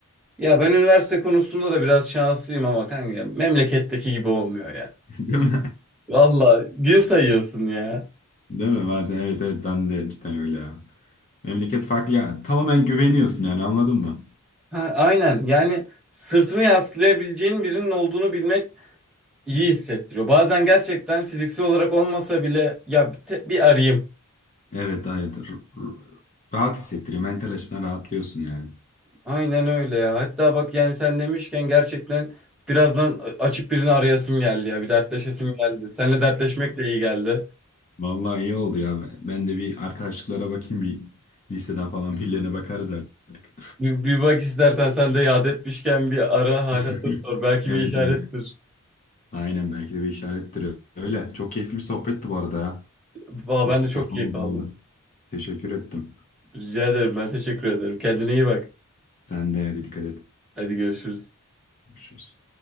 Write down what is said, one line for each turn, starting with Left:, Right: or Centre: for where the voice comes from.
Centre: Ya ben üniversite konusunda da biraz şanslıyım ama kanka memleketteki gibi olmuyor ya.
Left: <laughs> Değil mi?
Centre: Valla gün sayıyorsun ya.
Left: <laughs> Değil mi? Bazen evet evet ben de cidden öyle ya. Memleket farklı ya. Tamamen güveniyorsun yani anladın mı?
Centre: Ha, aynen yani sırtını yaslayabileceğin birinin olduğunu bilmek iyi hissettiriyor. Bazen gerçekten fiziksel olarak olmasa bile ya bir, te- bir arayayım.
Left: Evet evet. R- r- rahat hissettiriyor. Mental açıdan rahatlıyorsun yani.
Centre: Aynen öyle ya. Hatta bak yani sen demişken gerçekten birazdan a- açıp birini arayasım geldi ya. Bir dertleşesim geldi. Seninle dertleşmek de iyi geldi.
Left: Vallahi iyi oldu ya. Ben de bir arkadaşlıklara bakayım bir listeden falan <laughs> birilerine bakarız artık.
Centre: Bir, bir bak istersen sen de yad etmişken bir ara hal
Left: <laughs>
Centre: hatır sor. Belki
Left: Evet
Centre: bir işarettir.
Left: evet. Aynen belki de bir işarettir öyle. Çok keyifli bir sohbetti bu arada ya.
Centre: Valla
Left: Çok
Centre: ben de çok
Left: kafam
Centre: keyif aldım.
Left: da Teşekkür ettim.
Centre: Rica ederim. Ben teşekkür ederim. Kendine iyi bak.
Left: Sen de hadi dikkat et.
Centre: Hadi görüşürüz.
Left: Görüşürüz.